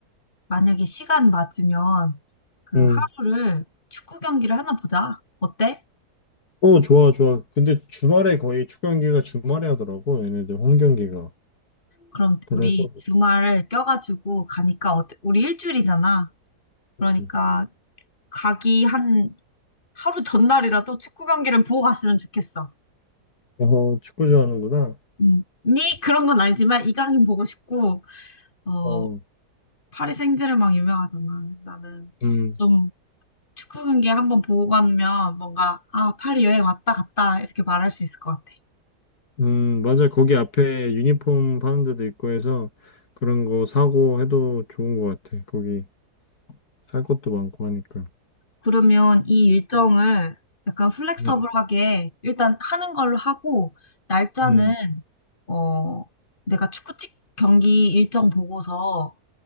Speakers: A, on the left; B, on the left.
A: 만약에 시간 맞으면 그
B: 음.
A: 하루를 축구 경기를 하나 보자. 어때?
B: 어, 좋아, 좋아. 근데 주말에 거의 축구 경기가 주말에 하더라고, 얘네들 홈 경기가.
A: 그럼
B: 그래서,
A: 우리 주말 껴가지고 가니까 어때? 우리 일주일이잖아. 그러니까
B: 음.
A: 가기 한 하루 전날이라도 축구 경기를 보고 갔으면 좋겠어.
B: 어, 축구 좋아하는구나.
A: 음. 니 그런 건 아니지만 이강인 보고 싶고 어
B: 어,
A: 파리 생제르맹 유명하잖아. 나는
B: 음,
A: 좀 축구 경기 한번 보고 가면 뭔가 아 파리 여행 왔다 갔다 이렇게 말할 수 있을 것 같아.
B: 음, 맞아. 거기 앞에 유니폼 파는 데도 있고 해서 그런 거 사고 해도 좋은 것 같아. 거기 살 것도 많고 하니까.
A: 그러면 이 일정을 약간 플렉서블하게
B: 음,
A: 일단 하는 걸로 하고 날짜는
B: 음,
A: 어 내가 축구 측 경기 일정 보고서